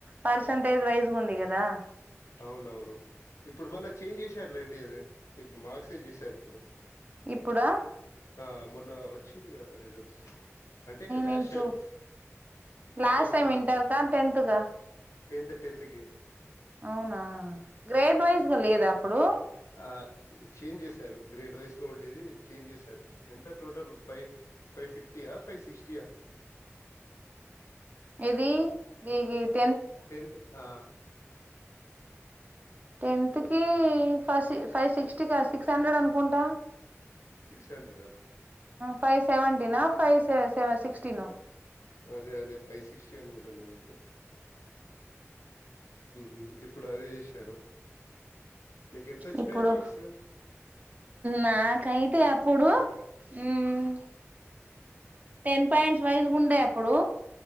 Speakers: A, on the right; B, on the left.
A: పర్సెంటేజ్ వైజ్ ఉంది. కదా
B: అవునవును ఇప్పుడు మళ్ళా చేంజ్ చేసారులేండి అది ఇప్పుడు మార్క్సే చేసారు ఇప్పుడు
A: ఇప్పుడా
B: ఆ మొన్న వచ్చిందిగా రిజల్ట్స్ అంటే లాస్ట్
A: నేను
B: టైం
A: చూ లాస్ట్
B: టైం
A: టైమ్
B: వచ్చింది
A: ఇంటర్ క టెన్త్ క
B: టెన్త్ టెన్త్ కి
A: అవునా గ్రేడ్ వైజ్గా లేదా అప్పుడు
B: ఆ చేంజ్ చేశారు. గ్రేడ్ వైస్ గా ఉండేది చేంజ్ చేశారు. ఎంత టోటల్ ఫైవ్ ఫైవ్ ఫిఫ్టీయా ఫైవ్ సిక్స్టీయా
A: ఏది గిద్
B: టంత ఆ
A: టెన్త్ కి ఫ ఫైవ్ సిక్స్టీ క సిక్స్ హండ్రెడ్ అనుకుంటా
B: సిక్స్ హండ్రెడా
A: ఫైవ్ సెవెంటీనా
B: ఓకే.
A: ఫైవ్వ సిక్స్టీన
B: అదే అదే ఫైవ్ సిక్స్టీ అన్కుంట నేనైతే ఉహు ఇప్పుడు అదే చేశారు మీకు ఎంత వచ్చినాయి
A: ఇప్పుడు
B: మార్క్స్
A: నాకైతే అంటే అప్పుడు మ్... టెన్ పాయింట్స్ వైజ్ గుండే అప్పుడు